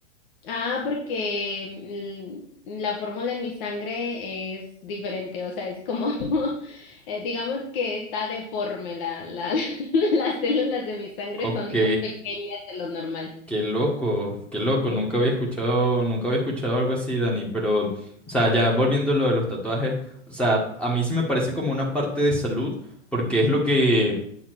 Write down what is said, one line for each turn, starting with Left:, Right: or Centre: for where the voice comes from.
Left: Ah, porque mm, la fórmula en mi sangre es diferente, o sea, es como, <laughs> eh, digamos que está deforme, la, la, <laughs> las células de mi sangre
Centre: Ok,
Left: son más pequeñas de lo normal.
Centre: Qué loco, qué loco,
Left: Sí.
Centre: nunca había escuchado, nunca había escuchado algo así, Dani, pero, o sea, ya volviendo a lo de los tatuajes, o sea, a mí sí me parece como una parte de salud, porque es lo que,